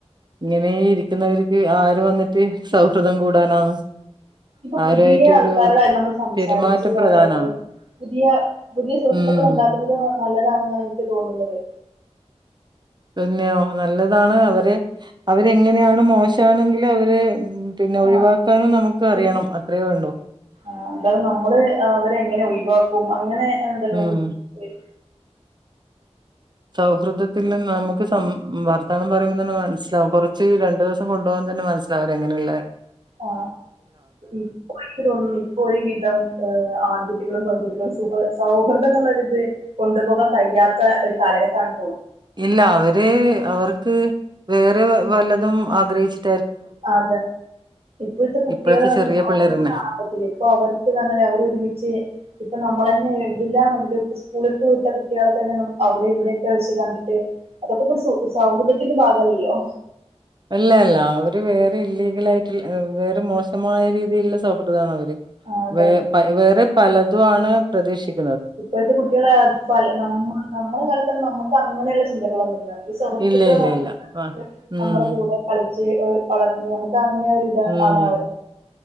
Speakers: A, on the right (about 40°); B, on the right (about 60°).
A: ഇങ്ങനെ ഇരിക്കുന്നവര് ആര് വന്നിട്ട് സൗഹൃദം കൂടാനാണ്
B: ഇപ്പൊ പുതിയ
A: ആരുമായിട്ടൊരു
B: ആൾക്കാരോടായാലും നമ്മള് സംസാരിച്ച്
A: പെരുമാറ്റം
B: ഇതായാല്
A: പ്രധാനാണ്
B: പുതിയ പുതിയ സുഹൃത്തുക്കൾ
A: ഉം
B: ഉണ്ടാക്കുന്നുന്നത് നല്ലതാണെന്നാണ് എനിക്ക് തോന്നുന്നത്
A: പിന്നെയോ നല്ലതാ ണ് അവരെ അവരെങ്ങനെയാണ് മോശ ച്ചാണെങ്കിൽ അവര് പിന്നെ ഒഴിവാക്കാനും
B: ആഹ്
A: നമുക്ക് അറിയണം അത്രേ വേണ്ടു
B: <inaudible> അത് നമ്മള് അവരെ എങ്ങനെ ഒഴിവാ പ്പൊമ് അങ്ങനെ എന്തല്ലോ
A: ഉം
B: ബുദ്ധി ട്ട്
A: സൗഹൃദത്തില് നമുക്ക് സം വർത്താനം പറയുമ്പോ തന്നെ മനസ്സിലാവും കൊറച്ച് രണ്ടു ദിവസം കൊണ്ടുപോകാൻ തന്നെ മനസ്സിലാവും അവര് എങ്ങനെയുള്ള
B: ആ ഇപ്പോ എനിക്ക് തോന്നുന്നു ഇപ്പൊ ഒരു വിധം ആൺകുട്ടികളും പെൺകുട്ടികളും സുഖ സൗഹൃദം എന്നുള്ളര് ഇത് കൊണ്ടുപോകാൻ കഴിയാത്ത ഒരു കാലഘട്ടത്താണ്
A: ഇല്ല അവര് അവർക്ക് വേറെ വലതും ആഗ്രഹിച്ചി
B: അതെ ഇപ്പോഴത്തെ കുട്ടികളെ
A: ഇപ്പോഴത്തെ
B: നമുക്ക്
A: ചെറിയ
B: സൗഹൃദം
A: പിള്ളേരന്നെ
B: കാണാൻ പറ്റില്ല ഇപ്പൊ അവർക്ക് നന്നല്ല അവര് ഒരുമിച്ച് ഇപ്പം നമ്മളന്നെ ഇല്ലാം കണ്ടിട്ട് സ്കൂളി വിട്ട കുട്ടികളെ തന്നെ അവിടെ ഇവിടെയൊക്കെ വെച്ച് കണ്ടിട്ട് അതൊക്കെ ഇ സ സൗഹൃദത്തിന്റെ ഭാഗല്ലല്ലോ
A: അല്ല അല്ല അവര് വേറെ ഇല്ലീഗലായിട്ടുള്ള വേറെ മോശമായ രീതിയിലുള്ള സൗഹൃദാണ് അവര്
B: ആ അതാണ്
A: വേ വേറെ പലതും ആണ് പ്രതീക്ഷിക്ക
B: ഇപ്പോഴത്തെ കുട്ടികളെ പല നമ്മ നമ്മളെ ക്കാലത്തു നമുക്ക് അങ്ങനെയുള്ള ചിന്തകളൊന്നുംമില്ല നമ്മുക്ക് സുഹൃത്തുക്കള്
A: ഇല്ല ഇല്ല
B: മാത്രം
A: ഇല്ല ആ ഉം
B: നമ്മുടെ കൂടെ കളിച്ച് വളർന്ന് നമുക്ക് അങ്ങനെ ഒരിത്
A: ഉം
B: ആണ് അവർക